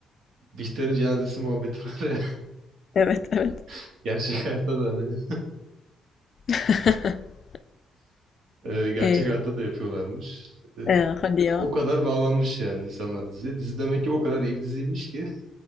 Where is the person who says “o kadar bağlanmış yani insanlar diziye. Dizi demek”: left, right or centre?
Right